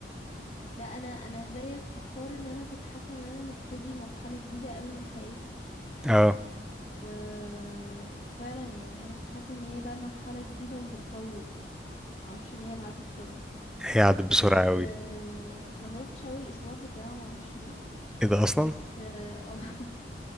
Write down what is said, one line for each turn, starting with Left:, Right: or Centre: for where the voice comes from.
Left: لا انا انا زيك في حوار ان انا كنت حاسه ان انا هبتدي مرحله جديده قوي من حياتي
Centre: اه
Left: و- وفعلا يعني انا كنت حاسه ان هي بقى مرحله جديده وهتطول ما اعرفش ان هي تعدي بسرعه
Centre: هي عدت بسرعه
Left: بس
Centre: قوي
Left: آه، انا ما روحتش اول اسبوع في الجامعه ما اعرفش ليه
Centre: ايه ده اصلا
Left: بس اه <laughs> آه،